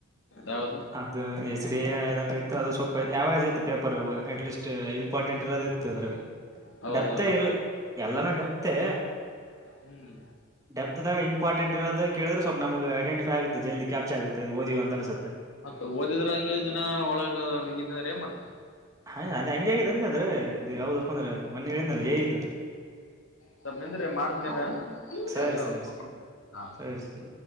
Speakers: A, on the left (about 70°); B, on the right (about 15°).
A: ಯಾವ್ದ
B: ಅದು ಎಸ್ ಡಿ ಆದ್ದಂಗಐ ಅದು ಸ್ವಲ್ಪ ಯಾವರೇಜ್ ಇತ್ತ ಪೇಪರ್ ಅಟ್ ಲೀಸ್ಟ್ ಇಂಪಾರ್ಟೆಂಟ್ ಇರೋದ ದ್ರ
A: ಹೌದೌದು
B: ಡಪ್ಪ ಇಲ್ಲಿ ಎಲ್ಲಾನೂ ಡಪ್ತೆ
A: ಹ್ಮ್
B: ಡೆಪತ್ದಾಗ ಇ ಇಂಪ್ಟೆಂ ಇರೋದು ಕೇಳ್ರೆ ಸ್ಲ್ಪ ನಮಗೆ ಐಡೆಂಟಿೈ ಆಗೆ ಜಲ್ದ ಕ್ಯಾಪ್ಚ್ ಆಗುತ್ತೆ ಓದೀ ಅನ್ಸುತ್ತೆ
A: ಮತ್ತ ಓದಿದ್ರ ಹಾಗೆ ದಿನ ಒಳಗ ನುಗಿದ್ರೆ ಏನ್ ಮಾಡ್ತೇನಿ
B: ಹ ಅದ ಹಂಗ ಆಗಿದೆ ಅಂದ ಅದ್ರೆ ಇದು ಯಾವ್ದಪ್ಪ ಅಂದ್ರೆ ಮಣೆ ಎನಲ್ಲ ಏ ಇದು
A: ಸ್ವಲ್ಪ್ ನಿಂದ್ರಿ ಮಾಡ್ದ್ನ
B: ಸರಿ
A: ಕೆಲ್ಸ ೋನ್
B: ಸರಿ
A: ಮಾಡ ಹಾ
B: ಸರಿ ಸರಿ